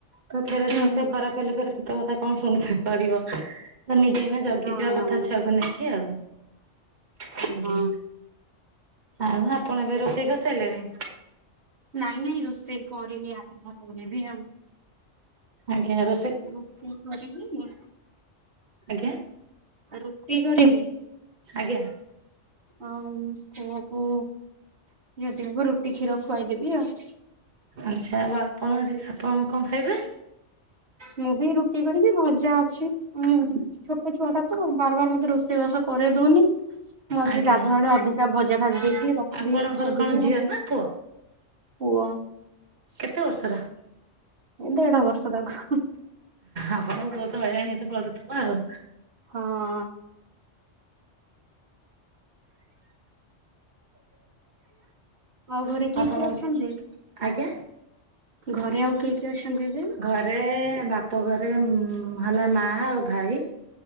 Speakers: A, on the right; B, on the right.
A: ତ ଫେରେ
B: ହୁଁ
A: ଦେହ
B: ହୁଁ
A: ଫେଅ ଖରାପ ହେଲେ ଫେରେ କେତେ କଥା କଣ ଶୁଣିତେ ପଡିବ। ଯେ ଏଇନା ଜଗିଯିବା
B: ହଁ
A: କଥା ଛୁଆକୁ ନେଇକି ଆଉ। ଆଜ୍ଞା
B: ହଁ
A: ଆଉ ଆପଣ ଏବେ ରୋଷେଇ କରି ସାରଲେଣି?
B: ନାଇଁ ନାଇଁ ରୋଷେଇ କରିନି ଆରମ୍ଭ କରିବି ଆଉ।
A: ଆଜ୍ଞା ର
B: ରୁଟି କରିବି,
A: ଆଜ୍ଞା
B: ଆ ରୁଟି କରିବି।
A: ଆଜ୍ଞା।
B: ଆଉ ପୁଅକୁ ଯଦି ହବ ରୁଟି କ୍ଷୀର ଖୁଆଇଦେବି ଆଉ।
A: ଆଚ୍ଛା ଆଉ ଆପଣ ଏବେ ଆପଣ କଣ ଖାଇବେ?
B: ମୁଁ ବି ରୁଟି କରିବି, ଭଜା ଅଛି ଉଁ ଛୋଟ ଛୁଆ ଟା ତ ବାର ବାର ମତେ ରୋଷେଇବାସ କରେଇ ଦଉନି। ମୁଁ ଆଜି
A: ଆଜ୍ଞା
B: ଗାଧୁଆଳେ ଅଧିକା ଭଜା ଭାଜି ଦେଇଥିଲି ରଖିଦେଇଚି
A: ଆପଣଙ୍କର
B: ଖାଇଦେବି
A: କଣ ଝିଅ
B: ଆଉ।
A: ନା ପୁଅ?
B: ପୁଅ।
A: କେତେ ବର୍ଷର?
B: ଦେଢ଼ ବର୍ଷ ତାକୁ।
A: ଆପଣଙ୍କୁ ବହୁତ ହଇରାଣ ହେଇତେ ପଡୁଥିବ ଆଉ।
B: ହଁ। ଆଉ ଘରେ କିଏ
A: <unintelligible> ଆପଣ
B: କିଏ ଅଛନ୍ତି?
A: ଆଜ୍ଞା।
B: ଘରେ ଆଉ କିଏ କିଏ ଅଛନ୍ତି ଏବେ?
A: ଘରେ ବାପ ଘରେ ହେଲା ମା ଆଉ ଭାଇ।